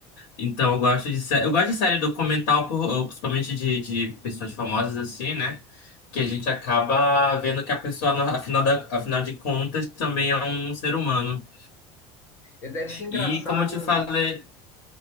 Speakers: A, on the left; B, on the left.
A: Então eu gosto de sé- eu gosto de série documental, por- ou principalmente de, de pessoas famosas assim, né? Que a gente acaba vendo que a pessoa, no- afinal, da, afinal de contas, também é um ser humano.
B: É, Deve ser engraçado.
A: E como eu te falei,